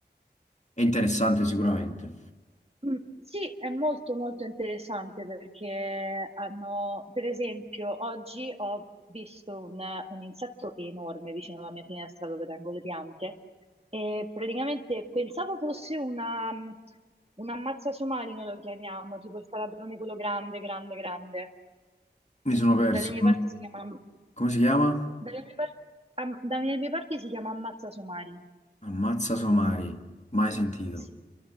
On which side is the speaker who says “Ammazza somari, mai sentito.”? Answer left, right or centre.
Left